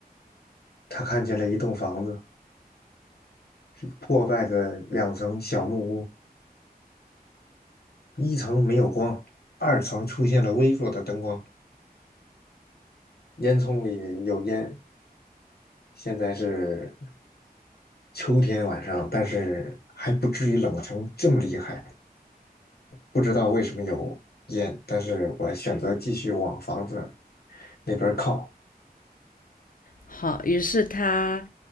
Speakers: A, on the left; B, on the left.
A: 他看见了一栋房子，是个破败的两层小木屋，一层没有光，二层出现了微弱的灯光，烟囱里有烟。现在是秋天晚上，但是还不至于冷成这么厉害。不知道为什么有烟，但是我选择继续往房子那边靠，
B: 好，于是他，